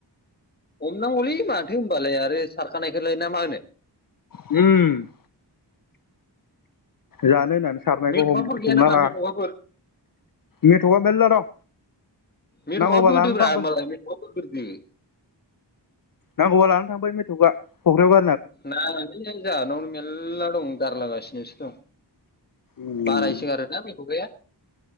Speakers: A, on the left (about 20°); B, on the left (about 50°).
A: हमनांगौलै माथो होनबालाय आरो सारखानायखौलाय ना मा होनो
B: उम जानो होनना सारनायखौ
A: मेथ'खाफोर
B: हम
A: गैया
B: हमना
A: नामा
B: ला
A: मेथ'खाफोर
B: मेथखा मेरला दं
A: मेथंआ
B: नांगौबा
A: बदोब्रा
B: लानानै थांफै
A: मालाय मेथंआ बोग्रोदो
B: नांगौबा लानानै थांबाय मेथ'आ फक्रिआव
A: नायनानै जाहोनावनो मेरला दं गारलगासिनोसो दं
B: उम
A: बारायसो गारोना मेथखाया